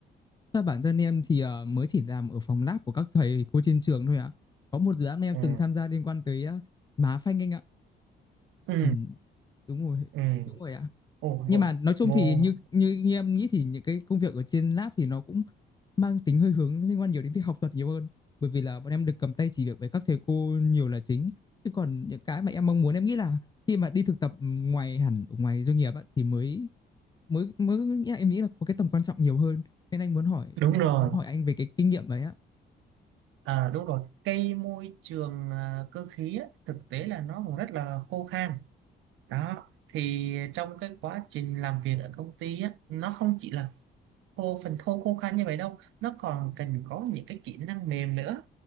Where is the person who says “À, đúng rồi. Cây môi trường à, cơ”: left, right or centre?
Right